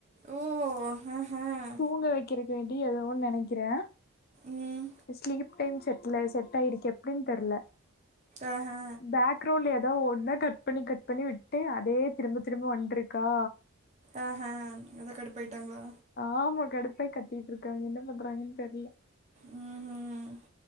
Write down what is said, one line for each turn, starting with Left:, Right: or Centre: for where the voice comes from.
Right: ஓ உம் உம்
Left: தூங்க வைக்கிறக்கி வேண்டி எதோ ஒண்ணு நெனைக்கிறே
Right: ம்
Left: ஸ்லீப் டைம் செட்ல செட் ஆயிடுக்க எப்டின் தெர்ல
Right: ஆஹா
Left: பேக் கிரௌண்ட்ல எதா ஓன்னா கட் பண்ணி கட் பண்ணி விட்டு அதே திரும்ப திரும்ப வந்துருக்கா
Right: ஆஹ்ஹா அதா கடுப்பாய்ட்டாங்களா
Left: ஆமா கடுப்பாய் கத்திட்ருக்காங்க என்ன பண்றாங்கன் தெர்ல
Right: உம் உஹம்